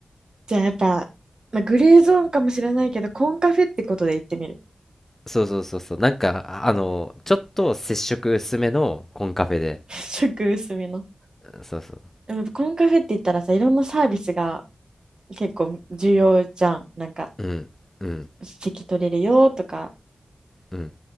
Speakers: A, on the right; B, on the left.
A: じゃあやっぱ、まあ、グレーゾーンかもしれないけど、コンカフェってことで行ってみる。
B: そうそうそうそう。なんか、ああの、ちょっと接触薄めのコンカフェで。
A: <laughs> 食薄めの。
B: そうそう。
A: でもやっぱコンカフェって言ったらさ、いろんなサービスが結構重要じゃん。なんか、
B: うん、うん、
A: 席取れるよとか、
B: うん。